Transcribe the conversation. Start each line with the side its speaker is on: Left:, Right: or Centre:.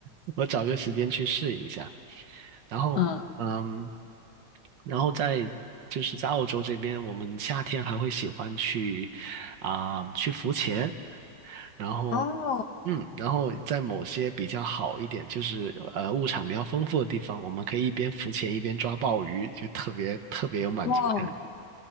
Right: <laughs> 我找个时间去试一下。然后，
Left: 嗯，
Right: 嗯，然后在就是在澳洲这边，我们夏天还会喜欢去啊、去浮潜，然后，
Left: 哦，
Right: 嗯，然后在某些比较好一点，就是呃物产比较丰富的地方，我们可以一边浮潜一边抓鲍鱼，就特别特别有满足感。
Left: 哇，